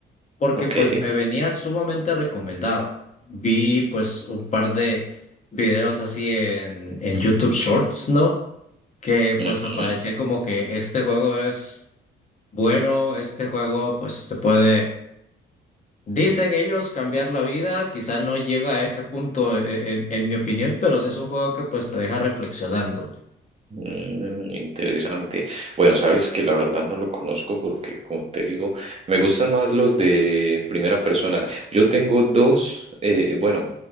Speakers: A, on the left; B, on the right.
A: porque
B: ok.
A: pues me venía sumamente recomendado. Vi pues un par de videos así en, en YouTube Shorts, ¿no? Que
B: Ujú.
A: pues aparecía como que este juego es bueno, este juego pues te puede Dicen ellos cambiar la vida, quizás no llega a ese punto e- en, en mi opinión, pero sí es un juego que pues te deja reflexionando.
B: Mm, interesante. Bueno, sabes que la verdad no lo conozco porque, como te digo, me gustan más los de primera persona. Yo tengo dos, eh, bueno,